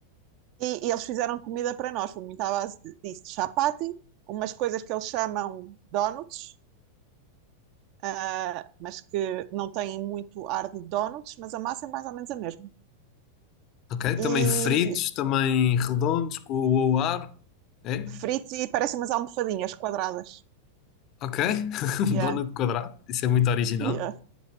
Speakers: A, on the right (about 40°); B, on the left (about 35°).
A: E, e eles fizeram comida para nós, foi muito à base de- disso, de chapati, umas coisas que eles chamam donuts, ah, mas que não têm muito ar de donuts, mas a massa é mais ou menos a mesma.
B: Ok,
A: E
B: também fritos, também redondos, com o ar. É?
A: fritos e parecem umas almofadinhas quadradas.
B: Ok, <laughs> um
A: Yeah,
B: donut quadrado, isso é muito original.
A: yeah,